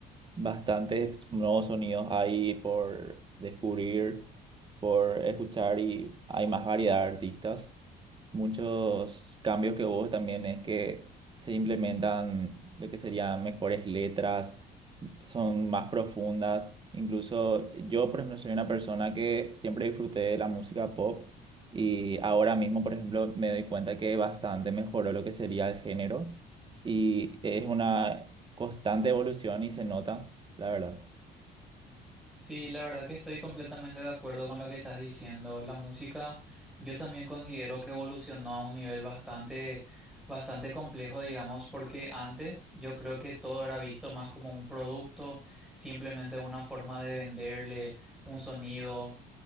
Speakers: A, on the right; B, in the centre.
A: Bastantes nuevos sonidos hay por descubrir, por escuchar y hay más variedad de artistas. Muchos cambios que hubo también es que se implementan lo que serían mejores letras, son más profundas. Incluso yo, por ejemplo, soy una persona que siempre disfruté de la música pop y ahora mismo, por ejemplo, me doy cuenta que bastante mejoró lo que sería el género y es una constante evolución y se nota, la verdad.
B: Sí, la verdad que estoy completamente de acuerdo con lo que estás diciendo. La música, yo también considero que evolucionó a un nivel bastante, bastante complejo, digamos, porque antes yo creo que todo era visto más como un producto, simplemente una forma de venderle un sonido.